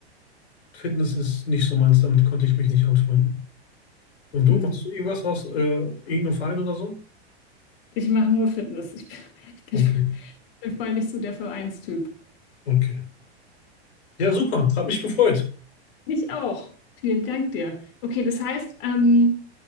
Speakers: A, on the left; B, on the left.
A: Fitness ist nicht so meins, damit konnte ich mich nicht anfreunden. Und du,
B: Hm.
A: machst du irgendwas aus äh, irgendeinem Verein oder so?
B: Ich mache nur Fitness. Ich bin, <laughs> ich bin,
A: Okay,
B: ich bin voll nicht so der Vereinstyp.
A: okay. Ja, super. Hat mich gefreut.
B: Mich auch. Vielen Dank dir. Okay, das heißt, ähm,